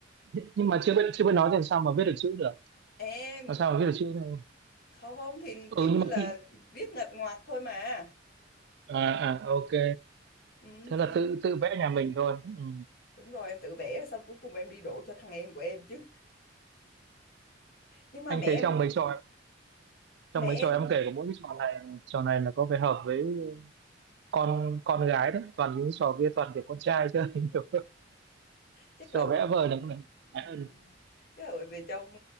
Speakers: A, on the right; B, on the left.
A: nhưng mà chưa biết chưa biết nói thì sao mà viết được chữ được
B: Em
A: làm sao mà viết được chữ đâu
B: không không thì
A: ừ
B: kiểu
A: nhưng
B: như
A: mà
B: là
A: khi
B: viết nghịch ngoạc thôi mà
A: à, à ok
B: ừ,
A: thế
B: thì
A: là tự tự vẽ nhà mình thôi ừ.
B: đúng rồi em tự vẽ rồi xong cuối cùng em đi đổ cho thằng em của em chứ nhưng mà
A: anh
B: mẹ
A: thấy
B: em
A: trong mấy trò
B: mẹ
A: trong mấy trò
B: em
A: em kể có mỗi cái trò này trò này là có vẻ hợp với con con gái đấy toàn những trò kia toàn kiểu con trai chơi <laughs> nhiều
B: chắc là
A: trò
B: bởi
A: vẽ vời là cũng là gái
B: ừm,
A: hơn
B: chắc là bởi vì trong